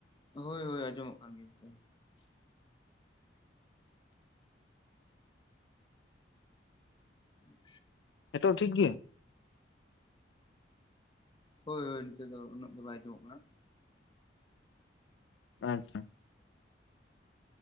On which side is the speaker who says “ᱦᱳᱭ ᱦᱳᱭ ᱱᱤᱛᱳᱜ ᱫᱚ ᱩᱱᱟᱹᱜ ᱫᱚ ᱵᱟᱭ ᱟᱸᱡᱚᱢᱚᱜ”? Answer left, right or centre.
Left